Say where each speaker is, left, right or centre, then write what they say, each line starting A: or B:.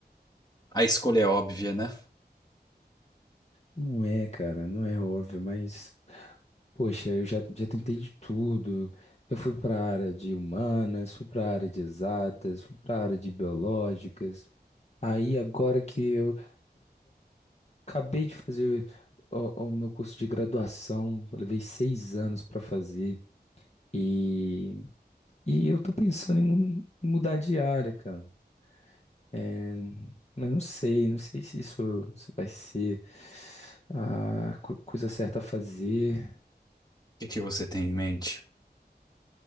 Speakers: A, on the left (about 25°); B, on the left (about 40°).
A: a escolha é óbvia, né? O
B: Não é, cara, não é óbvio, mas poxa, eu já, já tentei de tudo. Eu fui pra área de humanas, fui pra área de exatas, fui pra área de biológicas. Aí agora que eu Acabei de fazer o, o meu curso de graduação, eu levei seis anos para fazer e, e eu tô pensando em mu- mudar de área, cara. É, mas não sei, não sei se isso, se vai ser a co- coisa certa a fazer.
A: que que você tem em mente?